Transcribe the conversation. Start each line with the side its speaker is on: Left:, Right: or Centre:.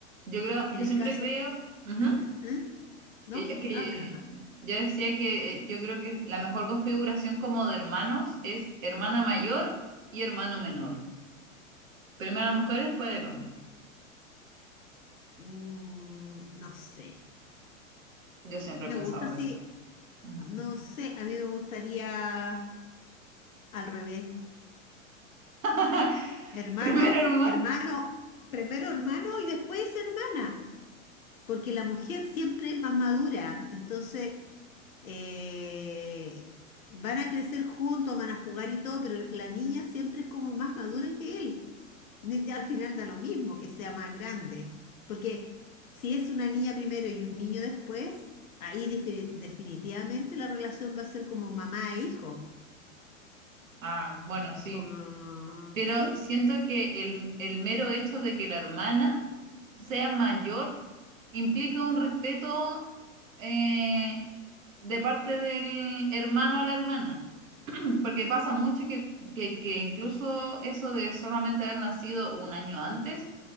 Right: Yo creo,
Left: En
Right: yo
Left: el
Right: siempre
Left: caso,
Right: creo, ujú.
Left: <clears throat> ¿eh? ¿No?
Right: Eh, Es que
Left: Habla nomás.
Right: eh, yo decía que eh, yo creo que la mejor configuración como de hermanos es hermana mayor
Left: ¿Mm?
Right: y hermano menor. Primero la mujer y después el hombre.
Left: Mm, no sé.
Right: Yo siempre
Left: Me
Right: he pensado
Left: gusta así.
Right: eso. Ujú.
Left: No sé, a mí me gustaría al revés.
Right: <laughs>
Left: Hermano,
Right: Primero hermano.
Left: hermano, primero hermano y después hermana. porque la mujer siempre es más madura, entonces eh, van a crecer juntos, van a jugar y todo, pero la niña siempre es como más madura que él. Y Ya al final da lo mismo que sea más grande, porque si es una niña primero y un niño después, ahí difi- definitivamente la relación va a ser como mamá e hijo.
Right: Ah, bueno, sí.
Left: Es como,
Right: Pero
Left: sí.
Right: siento que el, el mero hecho de que la hermana sea mayor implica un respeto eh, de parte del hermano a la hermana. Porque pasa mucho que, que, que incluso eso de solamente haber nacido un año antes